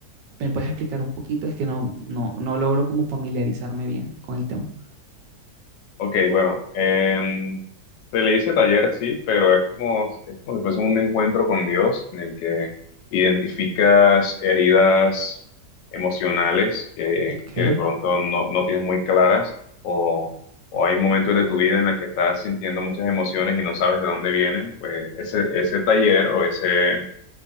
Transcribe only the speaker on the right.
¿me puedes explicar un poquito? Es que no, no, no logro como familiarizarme bien con el tema.
Ok,